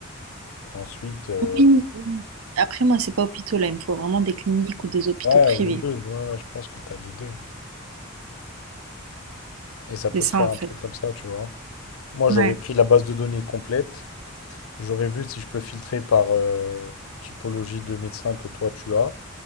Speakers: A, on the left; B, on the right.
A: Et ensuite, euh,
B: Oui. oui. Après, moi, c'est pas hôpitaux là. Il me faut vraiment des cliniques ou des hôpitaux
A: ouais,
B: privés.
A: ou les deux, ouais, ouais, je pense que tu as les deux. Et ça peut
B: C'est ça,
A: te faire
B: en
A: un
B: fait.
A: truc comme ça, tu vois. Moi,
B: Ouais,
A: j'aurais pris la base de données complète. J'aurais vu si je peux filtrer par euh, typologie de médecin que toi tu as.